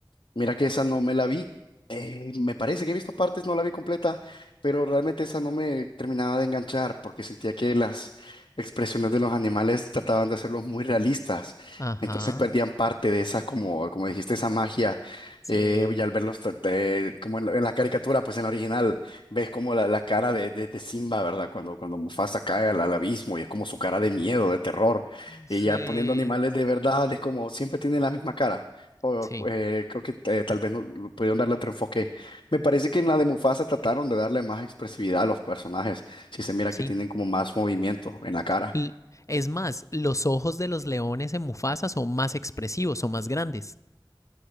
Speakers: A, on the left (about 80°); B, on the left (about 40°).
A: Mira que esa no me la vi. eh, me parece que he visto partes, no la vi completa, pero realmente esa no me terminaba de enganchar porque sentía que las expresiones de los animales trataban de hacerlos muy realistas.
B: Ajá,
A: Entonces perdían parte de esa, como, como dijiste, esa magia.
B: sí,
A: eh, y al verlos tra- de- como en la, en la caricatura, pues en la original, ves como la, la cara de, de, de Simba, ¿verdad? Cuando, cuando Mufasa cae al, al abismo y es como su cara de miedo, de terror.
B: sí,
A: Y ya poniendo animales de verdad, es como siempre tiene la misma cara o,
B: sí,
A: eh, creo que eh, tal vez no, lo pudieron darle otro enfoque. Me parece que en la de Mufasa trataron de darle más expresividad a los personajes. Si se mira
B: sí.
A: que tienen como más movimiento en la cara.
B: L- Es más, los ojos de los leones en Mufasa son más expresivos, son más grandes.